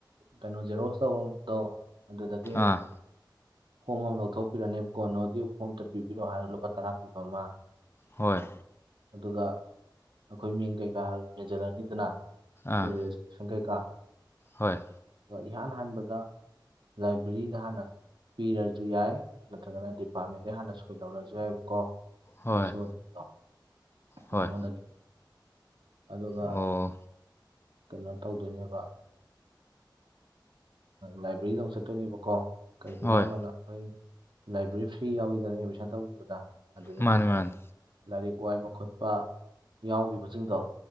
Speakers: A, on the right; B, on the left.
A: ꯀꯩꯅꯣ ꯖꯦꯔꯣꯁ ꯇꯧꯕꯗꯣ ꯑꯗꯨꯗꯒꯤ
B: ꯑꯥ
A: ꯐꯣꯝ ꯑꯃ ꯂꯧꯊꯣꯛꯄꯤꯔꯅꯦꯕ ꯀꯣ ꯅꯣꯗꯤꯌꯨ ꯐꯣꯝ ꯑꯝꯇ ꯄꯤꯕꯤꯔꯛꯑꯣ ꯍꯥꯏꯔꯣ ꯂꯨꯄꯥ ꯇꯔꯥ ꯄꯤꯕ ꯑꯃ
B: ꯍꯣꯏ
A: ꯑꯗꯨꯒ ꯑꯩꯈꯣꯏ ꯃꯤꯡ ꯀꯩꯀꯥ ꯃꯦꯟꯁꯤꯜꯂꯅꯤꯗꯅ ꯑꯩꯈꯣꯏ
B: ꯑꯥ
A: ꯔꯦꯁ ꯁꯪ ꯀꯩꯀꯥ
B: ꯍꯣꯏ
A: ꯑꯗꯨꯒ ꯏꯍꯥꯟ ꯍꯥꯟꯕꯗ ꯂꯥꯏꯕ꯭ꯔꯦꯔꯤꯗ ꯍꯥꯟꯅ ꯄꯤꯔꯁꯨ ꯌꯥꯏ ꯅꯠꯇ꯭ꯔꯒꯅ ꯍꯥꯏꯗꯤ ꯄꯥꯔꯃꯤꯠꯇ ꯍꯥꯟꯅ ꯁꯣꯏ ꯂꯧꯔꯁꯨ ꯌꯥꯏꯕꯀꯣ
B: ꯍꯣꯏ
A: ꯍꯩꯁ ꯑꯣ ꯗꯤ ꯗꯣ
B: ꯍꯣꯏ
A: ꯃꯉꯣꯟꯗꯒꯤ ꯑꯗꯨꯒ
B: ꯑꯣ
A: ꯀꯩꯅꯣ ꯇꯧꯗꯣꯏꯅꯦꯕ ꯂꯥꯏꯕ꯭ꯔꯦꯔꯤꯗ ꯑꯃꯨꯛ ꯆꯠꯇꯣꯏꯅꯦꯕꯀꯣ ꯀꯩꯒꯤꯅꯣ
B: ꯍꯣꯏ
A: ꯍꯥꯏꯀꯥꯟꯗ ꯑꯩꯈꯣꯏ ꯂꯥꯏꯕ꯭ꯔꯦꯔꯤ ꯐ꯭ꯔꯤ ꯌꯥꯎꯋꯤꯗꯅ ꯑꯦꯠꯃꯤꯁꯟ ꯇꯧꯈꯤꯕꯗ ꯑꯗꯨꯗꯒꯤ
B: ꯃꯥꯅꯦ ꯃꯥꯅꯦ
A: ꯂꯥꯏꯔꯤꯛ ꯋꯥꯏꯕ ꯈꯣꯠꯄ ꯌꯥꯎꯈꯤꯕꯁꯤꯡꯗꯣ